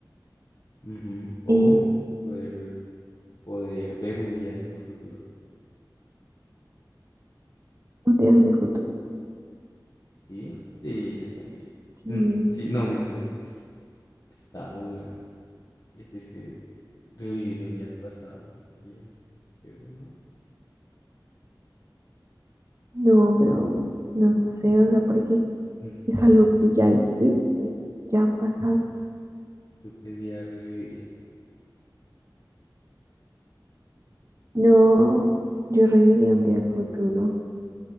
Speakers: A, on the left; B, on the right.
A: Ujú, O
B: y
A: poder, poder ver un día de tu futuro.
B: un día en mi futuro.
A: Sí, sí, yo también. Mm,
B: Sí,
A: Sí, no, mentiras. Está dura. Pero es que sí, revivir un día del pasado sería chévere, ¿no?
B: No, pero no sé, o sea, porque
A: Mm,
B: es algo que ya hiciste, ya pasaste.
A: ¿Tú qué día revivirías?
B: No, yo reiría un día al futuro.